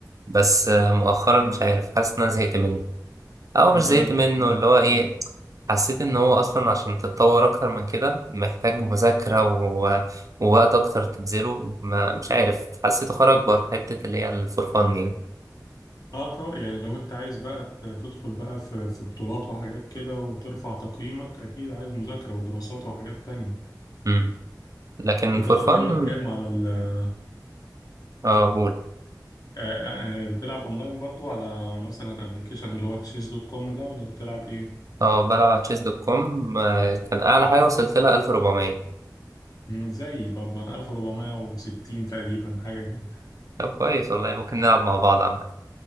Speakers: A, on the right; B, on the left.
A: بس آه، مؤخرا مش عارف حاسس إن أنا زهقت منه أو
B: انت
A: مش زهقت منه اللي هو إيه حسيت إن هو أصلا عشان تتطور أكتر من كده محتاج مذاكرة و... ووقت أكتر تبذله ما مش عارف حسيته خرج بره حتة اللي هي الفور فن يعني
B: اه طبعا يعني لو انت عايز بقى ت- تدخل بقى في في بطولات وحاجات كده وترفع تقييمك اكيد عايز مذاكره ودراسات وحاجات تانية
A: مم. لكن
B: انت
A: فور
B: تقييمك
A: فن
B: كام على ال آه،
A: اه قول.
B: آه، آه، بتلعب اونلاين برضو على مثلا ابلكيشن اللي هو تشيس دوت كوم ده ولا بتلعب ايه
A: اه بلعب على تشيس دوت كوم آه، كان اعلى حاجه وصلت لها 1400
B: مم، زيي برضو انا 1460 تقريبا حاجه كده
A: طب كويس والله ممكن نلعب مع بعض عامة